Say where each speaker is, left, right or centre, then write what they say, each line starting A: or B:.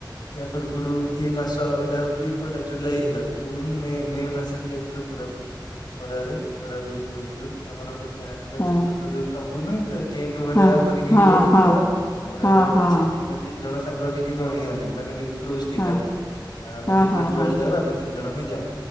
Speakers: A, on the left; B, on the left.
A: ଏହା ପୂର୍ବୁରୁ ଏଇ ମାସ ଏଇଟା ହଉଚି କୋଉଟା ଜୁଲାଇ ହେଲା। ଜୁନ୍ ମେ ମେ ମାସରେ ଯାଇଥିଲୁ କୋରାପୁଟ୍ ଖରାରେ କୋରାପୁଟ୍ ପଳେଇଥିଲୁ ଆମର ଅଟେ କ୍ୟାମ୍ପ୍ ଟେ ଅଛି
B: ହଁ
A: ଛୋଟ ଯୋଉ ତମ୍ବୁ ନୁହେଁ ତ ଟେଣ୍ଟ୍ ଭଳିଆ
B: ହଁ
A: କରିକି ରୁହନ୍ତିନି
B: ହଁ
A: ଘର ଆମର
B: ହଁ
A: ହେଇଟା ଗୋଟେ
B: ହଁ ହଁ
A: ଅଛି ଆମେ ତିନି ଜଣ ସାଙ୍ଗ ଟିକେ ଘଣୀ ଆମେ ମାନେ ମି କ୍ଲୋଜ୍ ଟିକେ
B: ହଁ
A: ଆମେ। ଆ ଆମେ
B: ହଁ
A: ତିନି
B: ହଁ
A: ଜଣ ଯୁଆଡ଼େ
B: ହଁ
A: ଯାଉ ଆମେ ତିନି ଜଣ ହିଁ ଯାଉ